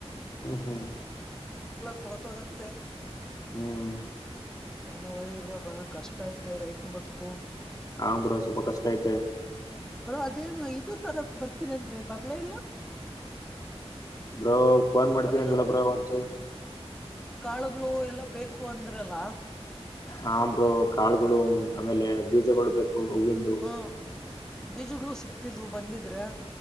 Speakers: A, on the left; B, in the centre.
A: ಹ್ಮ್ ಹ್ಮ್
B: ಕೊಳತಗತ್ತೆ
A: ಹ್ಮ್
B: ಏನೋ ಇವ್ರ ಬಹಳ ಕಷ್ಟ ಐತೆ ರೈತ ಬದುಕು
A: ಹ ಬ್ರೋ ಸ್ವಲ್ಪ ಕಷ್ಟ ಐತೆ
B: ಹ ಬ್ರೋ ಅದೇನು ಇದ ತರ ಬರ್ತೀನಂದ್ರೆ ಬರ್ಲ ಇಲ್ಲ
A: ಬ್ರೋ ಫೋನ್ ಮಾಡ್ತೀನಿ
B: ಅವೇನು
A: ಹಂಗಲ್ಲ ಬ್ರೋ ಹೊತ್ತುು
B: ಕಾಳುಗಳು ಎಲ್ಲ ಬೇಕು ಅಂದ್ರಲ್ಲ
A: ಆ ಆಂಬ್ರ ಕಾಳುಗಳು ಆಮೇಲೆ ಬೀಜಗಳು ಬೇಕು ಹೂವಿಂದು
B: ಹಾ ಬೀಜಗ್ಗಳು ಸಿಕ್ತಿದ್ವು ಬಂದಿದ್ರೆ